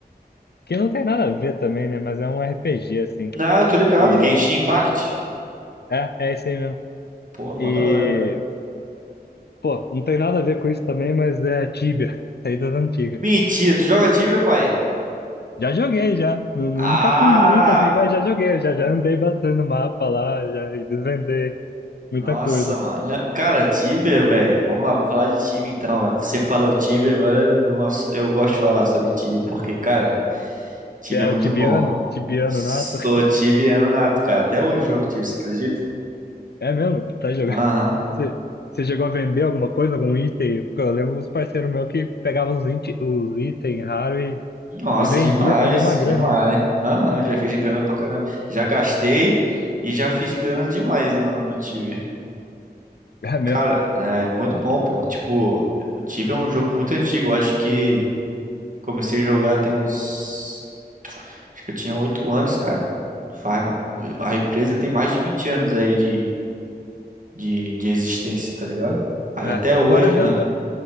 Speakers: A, on the left; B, on the right.
A: que não tem nada a ver também, né? Mas é um RPG assim.
B: não, eu tô ligado,
A: E
B: Genshin Impact.
A: é, é esse aí mesmo.
B: Pô, mó
A: E
B: da hora.
A: pô, não tem nada a ver com isso também, mas é Tibia, <laughs> saídas antigas.
B: Mentira, tu joga Tibia, pai?
A: Já joguei já, Nu- nu-
B: Ah!
A: nunca fui muito assim, mas já joguei, já já andei bastante no mapa lá, já desvendei
B: Nossa,
A: muita coisa.
B: mano. Não, Cara, Tibia, velho. Vamos lá, vamos falar de Tibia então, velho. Você fala o Tibia, agora eu, ass- eu gosto de falar sobre Tibia, porque, cara, Tibia
A: Era
B: é muito
A: tibiano,
B: bom.
A: tibiano
B: Sou
A: nato.
B: tibiano nato, cara. Até hoje eu jogo Tibia, você acredita?
A: É mesmo? Tá jogando.
B: Aham.
A: Você, você chegou a vender alguma coisa, algum item? Porque eu lembro uns parceiros meus que pegavam os, int- os itens raros e,
B: Nossa,
A: e vendia,
B: demais,
A: fazia uma grana
B: demais.
A: ainda. <laughs>
B: Aham, já fiz grana pra caramba. Já gastei e já fiz grana demais no, no Tibia.
A: É
B: Cara,
A: mesmo.
B: é muito bom, pô. Tipo, o Tibia é um jogo muito antigo. Eu acho que comecei a jogar tem uns. Acho que eu tinha 8 anos, cara. Faz- A empresa tem mais de 20 anos aí de, de, de existência, tá ligado? Aí
A: É.
B: até hoje.
A: Agora, eu,
B: Ah,
A: eu-